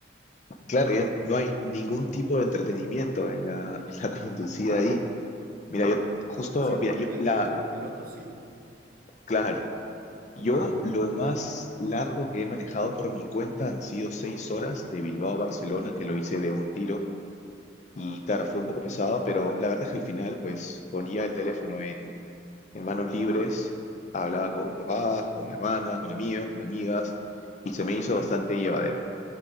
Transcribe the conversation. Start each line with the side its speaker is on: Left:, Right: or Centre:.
Left: Claro, y no hay ningún tipo de entretenimiento en la, <laughs> en la conducida ahí. Mira, yo justo,
Right: Sí,
Left: mira,
Right: pu-
Left: yo-
Right: el
Left: la,
Right: que va de copiloto, sí.
Left: claro, yo
Right: <laughs>
Left: lo más largo que he manejado por mi cuenta han sido 6 horas de Bilbao a Barcelona, que lo hice de un tiro. Y claro, fue un poco pesado, pero la verdad es que al final, pues ponía el teléfono en en manos libres, hablaba con papás, con mi hermana, con amigos, con amigas, y se me hizo bastante llevadero.